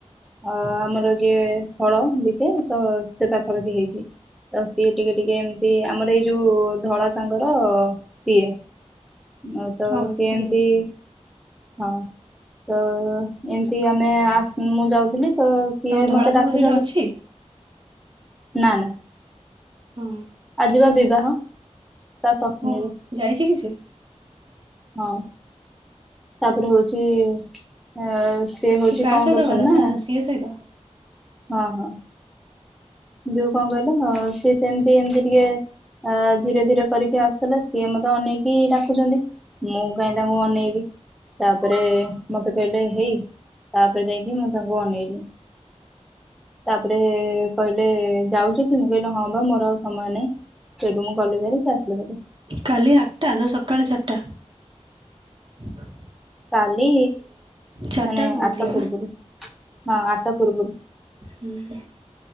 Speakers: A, in the centre; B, on the right (about 45°).
A: ଅ ଆମର ଯିଏ ଫଳ ବିକେ ତ ସେ ପାଖପଖି ହେଇଛି। ଆ ସିଏ ଟିକେ ଟିକେ ଏମିତି ଆମର ଏଇ ଯୋଉ ଧଳା ସାଙ୍ଗର ସିଏ। ଓ ତ
B: ଓହୋ
A: ସେ
B: ସିଏ
A: ଏମତି ହଁ, ତ ଏମିତି ଆମେ <unintelligible> ମୁଁ ଯାଉଥିଲି। ତ ସିଏ
B: ତମ ଧଳା
A: ମତେ
B: ସାଙ୍ଗ
A: ଡାକୁଛନ୍ତି।
B: ସେଇଠି ଅଛି
A: ନା ନା।
B: ହଁ
A: ଆଜିିବା ବିବାହ। ତା <unintelligible> ରେ,
B: ଓହୋ ଯାଇଛି କି ସେ
A: ହଁ। ତାପରେ ହଉଛି, ଅ ସେ ହଉଛି
B: କାହା
A: କଣ
B: ସହିତ
A: କରୁଛନ୍
B: ଗଲା
A: ନା
B: <unintelligible> ସହିତ।
A: ହଁ ହଁ। ଯୋଉ କଣ କହିଲୁ, <unintelligible> ସି ସେମିତି ଏମିତି ଟିକେ ଅ ଧୀରେ ଧୀରେ କରିକି ଆସୁଥିଲେ, ସିଏ ମତେ ଅନେଇକି ଡାକୁଛନ୍ତି। ମୁଁ କାଇଁ ତାଙ୍କୁ ଅନେଇବି। ତାପରେ ମତେ କହିଲେ ହେଇ, ତାପରେ ଯାଇକି ମୁଁ ତାଙ୍କୁ ଅନେଇଲି। ତାପରେ କହିଲେ ଯାଉଛ କି? ମୁଁ କହିଲି ହଁ ବା ମୋର ଆଉ ସମୟ ନାହିଁ, ସେଇଠୁ ମୁଁ ଗଲି ଭାରି ସେ ଆସିଲେ ଭାରି।
B: କାଲି ଆଠଟା ନା ସକାଳ ଚାଟା? <inaudible>
A: କାଲି
B: ଚାରିଟାରେ
A: ମାନେ
B: ତମର
A: ଆଟା
B: ଥିଲା
A: ପୂର୍ବରୁ।
B: ବା
A: ହଁ, ଆଠା ପୂର୍ବରୁ।
B: ହୁଁ ହୁଁ।